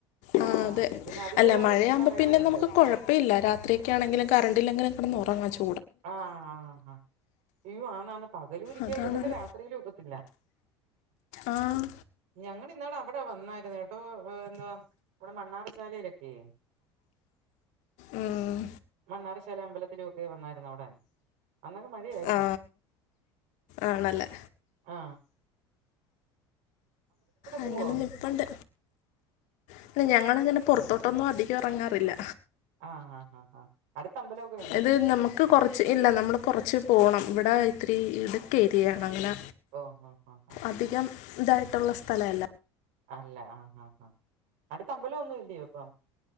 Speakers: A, on the left; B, on the right.
A: ആ
B: ആഹ്
A: അതെ
B: പിന്നെ അതിന്റേതായ
A: അല്ല മഴയാവുമ്പോ
B: പ്രശ്നം വേറെയുണ്ട്
A: പിന്നെ നമുക്ക് കൊഴപ്പ ഇപ്പ ഇല്ല രാത്രിയൊക്കെ ആണെങ്കിലും കറണ്ടില്ലങ്കിലും കിടന്ന് ഉറങ്ങാ ചൂ
B: ആ ആ ആ ഹ അയ്യോ ആന്നാണ് പകലു ഒരിക്കെ
A: അതാണൊരു
B: ഒക്കത്തില്ല രാത്രിയിലും ഒക്കത്തില്ല.
A: ആഹ്
B: ഞങ്ങളിന്നാള് അവിടെ വന്നായിരുന്നു കേട്ടോ ഏഹ് ന്താ ഇവിടെ മണ്ണാർശാലയിലൊക്കെ
A: ഉം,
B: മണ്ണാറശാല അമ്പലത്തിലൊക്കെ വന്നായിരുന്നു അവിടെ അന്നൊക്കെ മഴയായിരുന്നു
A: ആ ആണല്ലേ
B: ആ
A: അങ്ങനെ
B: പോവോ
A: നിപ്പുണ്ട് പിന്നെ ഞങ്ങളങ്ങനെ പുറത്തോട്ടൊന്നും അധികം ഇറങ്ങാറില്ല.
B: ആഹ് ആഹ് ആഹ് അടുത്ത അമ്പലം ഒക്കെ
A: ഇത് നമുക് ക്ക് കൊറച്ച് ഇല്ല നമ്മൾ കൊറച്ച് പോണം ഇവിടെ ഇത്തിരി ഇടുക്ക്‌ ഏരിയയാണ് അങ്ങനെ
B: ഓഹ് ഓഹ് ഓഹ് ഓഹ്
A: അധികം
B: ഓഹ്
A: ഇതായിട്ടുള്ള സ്ഥലല്ല
B: അല്ല ആഹ് ആഹ് ആഹ് അടുത്തമ്പലം ഒന്നും ഇല്ലയോ അപ്പ